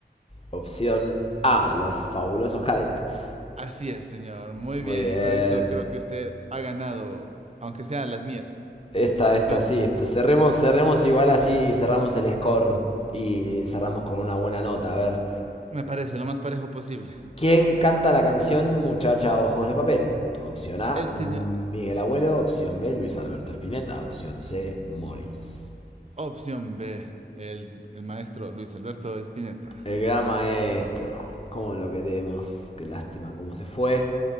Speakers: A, on the left (about 35°); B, on the right (about 40°).
A: Opción A, los fabulosos Cadillacs.
B: Así es, señor. Muy
A: Muy
B: bien.
A: bien.
B: Y con eso creo que usted ha ganado, aunque sea las mías.
A: Esta, esta
B: Yo,
A: sí. Pues cerremos, cerremos igual así, cerramos el score y cerramos con una buena nota. A ver,
B: me parece lo más parejo posible.
A: ¿quién canta la canción Muchacha Ojos de Papel? Opción A,
B: El
A: Miguel
B: señor,
A: Abuelo. Opción B, Luis Alberto Spinetta. Opción C, Morris.
B: opción B, el, el maestro Luis Alberto Spinetta.
A: El gran maestro. Cómo lo queremos. Qué lástima cómo se fue.